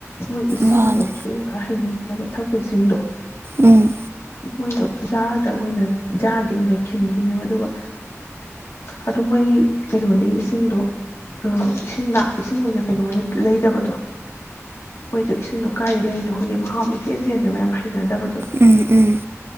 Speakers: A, on the left; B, on the right.
A: ꯃꯣꯏ ꯏꯁꯤꯡꯗꯣ
B: ꯃꯥꯅꯦ
A: ꯑꯗꯨꯁꯨ ꯈꯔ ꯍꯩꯅꯗꯕ ꯊꯛꯄ ꯏꯁꯤꯡꯗꯣ
B: ꯎꯝ
A: ꯃꯣꯏꯗꯣ ꯖꯥꯔꯗ ꯑꯣꯏꯅ ꯖꯥꯔꯒꯤ ꯑꯣꯏꯅ ꯈꯤꯟꯗꯣꯏꯅꯦꯕ ꯑꯗꯨꯒ ꯑꯗꯨꯝ ꯃꯣꯏꯒꯤ ꯀꯩꯅꯣꯗꯒꯤ ꯏꯁꯤꯡꯗꯣ ꯏꯁꯤꯡꯗ ꯏꯁꯤꯡ ꯑꯣꯏꯅ ꯀꯩꯅꯣ ꯑꯣꯏꯅ ꯂꯩꯗꯕꯗꯣ ꯃꯣꯏꯗꯣ ꯏꯁꯤꯡꯗꯣ ꯀꯥꯏꯗ ꯂꯩꯔꯤꯅꯣ ꯈꯪꯗꯦ ꯃꯍꯥꯎ ꯏꯆꯦꯟ ꯆꯦꯟꯗꯕ ꯌꯥꯝ ꯍꯩꯅꯗꯕꯗꯣ
B: ꯎꯝ ꯎꯝ